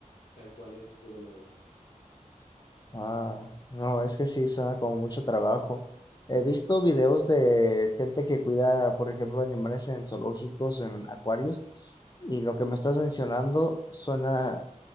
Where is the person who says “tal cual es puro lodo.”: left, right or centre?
Left